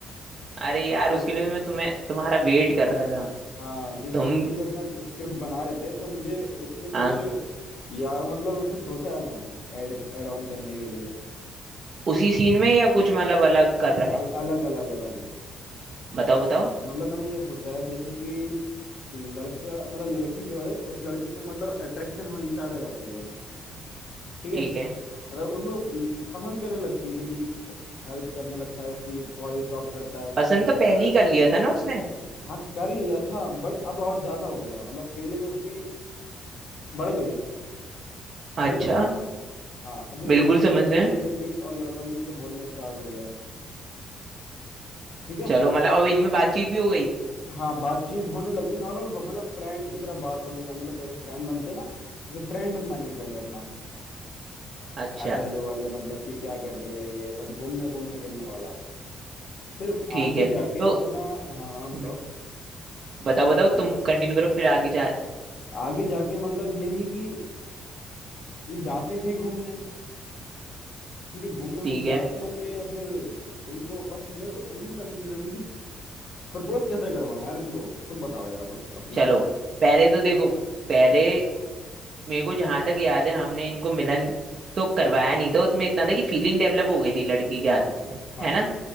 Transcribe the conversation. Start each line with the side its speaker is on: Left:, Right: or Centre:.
Right: अरे यार
Left: तो
Right: उसके लिए तो मैं तुम्हें तुम्हारा वेट कर रहा था
Left: हाँ जिस
Right: तुम
Left: मूवी के लिए अपना स्क्रिप्ट बना रहे थे तो मुझे उसमें कुछ
Right: आ,
Left: यार मतलब कुछ सोचा है मैंने ऐड ऐड ऑन करने के लिए
Right: उसी सीन में या कुछ मतलब अलग कर रहा है
Left: अल, अलग अलग अलग
Right: बताओ बताओ
Left: मतलब मैंने ये सोचा है जैसे कि लड़का मतलब लड़की जो है उस लड़के को मतलब अट्रैक्शन होनी स्टार्ट हो जाती है ठीक
Right: ठीक
Left: है
Right: है
Left: मतलब उसको पसंद करने लगती है क्योंकि हेल्प करने लगता है उसकी कॉलेज ड्रॉप करता है सब
Right: पसंद
Left: कुछ
Right: तो
Left: करता
Right: पहले ही
Left: है
Right: कर लिया था ना उसने
Left: हाँ कर लिया था बट अब और ज्यादा हो गया मतलब फीलिंग उसकी बढ़ गई समझ
Right: अच्छा
Left: रहे हो हाँ अब वो लड़के
Right: बिल्कुल
Left: से
Right: समझ
Left: भी बोलने
Right: रहे हैं
Left: लग गई और लड़का भी उससे बोलना स्टार्ट हो गया है ठीक है
Right: चलो मतलब अब इनमें बातचीत भी हो गई
Left: हाँ बातचीत होने लगी नॉर्मल मतलब फ्रेंड की तरह बात होने लगी मतलब जैसे फ्रेंड बनते ना जैसे फ्रेंड बनवाएंगे पहले अपना
Right: अच्छा
Left: हाय हेलो वाले मतलब कि क्या कर रही है ये सब घूमने घूमने फिरने वाला फिर
Right: ठीक
Left: आगे
Right: है
Left: जाके
Right: तो
Left: अपना हाँ हाँ, बताओ
Right: हम्म, बताओ
Left: बताओ
Right: बताओ
Left: बताओ बताओ
Right: तुम कंटिन्यू करो फिर आगे चाल
Left: आगे जाके मतलब यही कि ये जाते हैं कहीं घूमने ठीक है घूमने हमने
Right: ठीक
Left: जाते
Right: है
Left: होंगे या फिर इनको बस मेरे को इनमें कंफ्यूजन है कि प्रपोज कैसे करवाएं यार इनको तुम बताओ यार कुछ अपना
Right: चलो पहले तो देखो पहले मेरे को जहां तक याद है हमने इनको मिलन तो करवाया नहीं था उसमें इतना था कि फीलिंग डेवलप हो गई थी लड़की के हाथ में
Left: हाँ
Right: है ना